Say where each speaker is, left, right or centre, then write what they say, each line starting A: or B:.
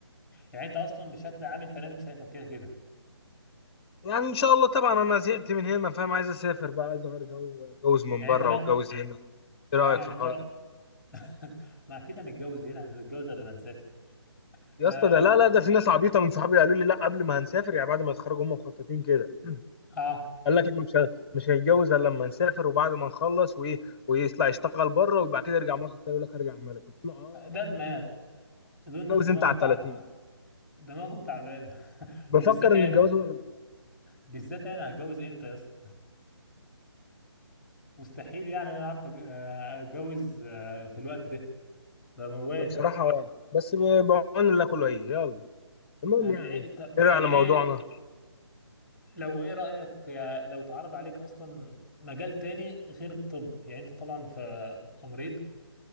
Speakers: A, in the centre; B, on the left (about 20°).
A: يعني انت اصلا بشكل عام انت ناوي تسافر كده كده
B: يعني ان شاء الله طبعا انا زهقت من هنا فاهم عايز اسافر بقى عايز اغير جو اتجوز من
A: يعني
B: بره
A: انت ناوي
B: واتجوز هنا ايه رايك
A: اه يعني
B: في الحوار
A: تقعد
B: ده
A: <laughs> ما اكيد هنتجوز هنا هنتجوز قبل ما نسافر
B: يا
A: آه.
B: اسطى ده لا لا ده في ناس عبيطه من صحابي قالوا لي لا قبل ما هنسافر يعني بعد ما يتخرجوا هم مخططين كده <clears throat>
A: اه
B: قال لك احنا مش ه- مش هيتجوز الا لما نسافر وبعد ما نخلص وايه ويطلع يشتغل بره وبعد كده يرجع مصر تاني يقول لك هرجع ملك قلت له اه
A: ده دماغ
B: لا معاك
A: دول الناس
B: اتجوز
A: دماغهم
B: انت على
A: تعب
B: 30
A: دماغهم تعبانه
B: بفكر
A: وبالذات
B: ان
A: انا
B: الجواز هو اللي-
A: بالذات انا هتجوز امتى يا اسطى مستحيل يعني انا اعرف أج- آه، اتجوز آه، في الوقت ده ده موال
B: بصراحه اه بس ب- بعون الله كله هي يلا المهم
A: يعني
B: يعني
A: ايه إيه، ط-
B: نرجع
A: طب
B: لموضوعنا
A: ايه لو ايه رايك آه، لو اتعرض عليك اصلا مجال تاني غير الطب يعني انت طبعا في تمريض